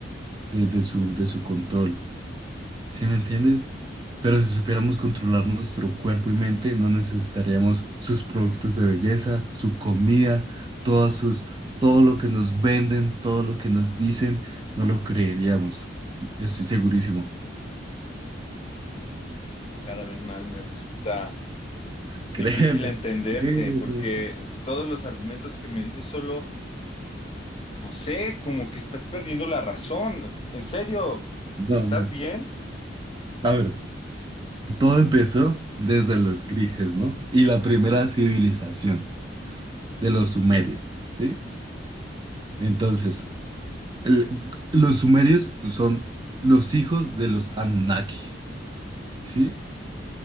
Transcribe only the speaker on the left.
Cada vez más me resulta
difícil
entenderte
porque todos los argumentos que me dices solo es- No sé, como que estás perdiendo la razón. En serio,
¿estás
bien?